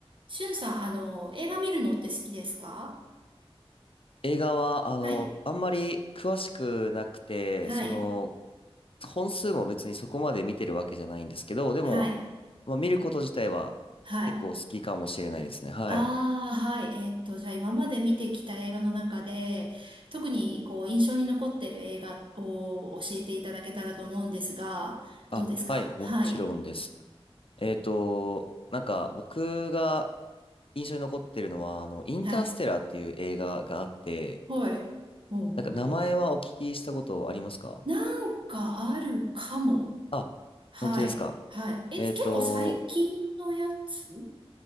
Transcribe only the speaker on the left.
映画は、あの、
あんまり詳しくなくて、
その、本数も別にそこまで見てるわけじゃないんですけど、でも、
まあ、見ること自体は結構好きかもしれないですね。
はい。
あ、
はい、もちろんです。えっと、なんか僕が印象に残ってるのは、あの、インターステラーっていう映画があって、
なんか名前はお聞きしたことありますか
あ、
本当ですか。
えっと、